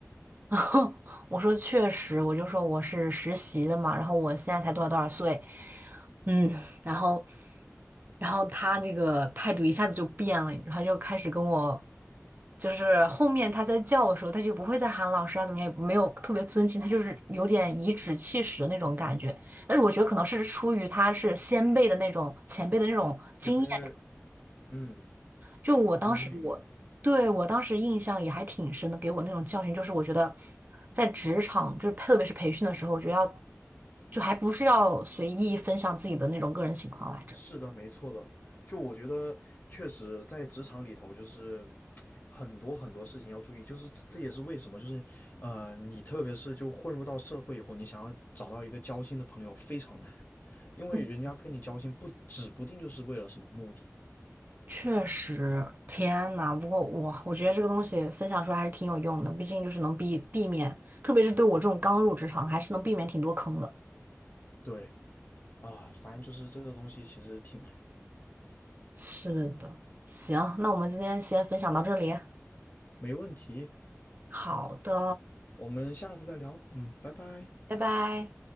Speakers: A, on the right; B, on the left.
A: <laughs> 然后我说确实，我就说我是实习的嘛，然后我现在才多少多少岁，嗯，然后，然后他那个态度一下子就变了，然后就开始跟我，就是后面他在叫的时候，他就不会再喊老师啊，怎么样，也没有特别尊敬，他就是有点颐指气使的那种感觉。但是我觉得可能是出于他是先辈的那种前辈的那种经验
B: 有没嗯，
A: 就我当时我对我当时印象也还挺深的，
B: 能明白。
A: 给我那种教训就是，我觉得在职场，就是特别是培训的时候，我觉得要就还不是要随意分享自己的那种个人情况来着。
B: 是的，没错的。就我觉得，确实在职场里头，就是很多很多事情要注意，就是这这也是为什么，就是呃，你特别是就混入到社会以后，你想要找到一个交心的朋友非常难，因为人家跟你交心不指不定就是为了什么目的。
A: 嗯确实，天呐，不过我我觉得这个东西分享出来还是挺有用的，毕竟就是能避避免，特别是对我这种刚入职场，还是能避免挺多坑的。
B: 对啊，反正就是这个东西其实挺难。
A: 是的，行，那我们今天先分享到这里。
B: 没问题，
A: 好的，
B: 我们下次再聊。嗯，拜拜。
A: 拜拜。